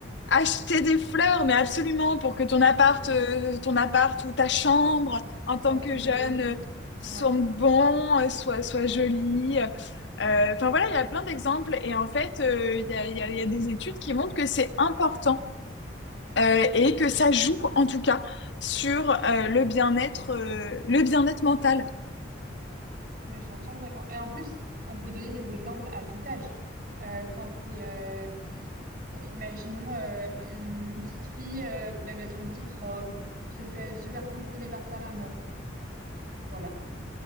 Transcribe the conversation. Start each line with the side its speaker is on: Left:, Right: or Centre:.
Left: Acheter des fleurs, mais absolument, pour que ton appart,
Right: mm,
Left: euh, ton appart ou ta chambre, en
Right: soit
Left: tant que
Right: fleurie.
Left: jeune, euh, sente
Right: Ouais.
Left: bon, euh, soit, soit jolie. Euh, Enfin voilà, il y a plein d'exemples. Et en fait, euh, il y a, il y a- il y a des études qui montrent que c'est important euh, et que ça joue, en tout cas, sur euh, le bien-être, euh, le bien-être mental.
Right: Mais je suis entièrement d'accord. Et en plus, on peut donner des exemples à tout âge. Euh, quand t'es, euh, quand- imaginons euh, une une petite fille euh, bah, mettre une petite robe, se fait, se faire pouponner par sa maman. Voilà.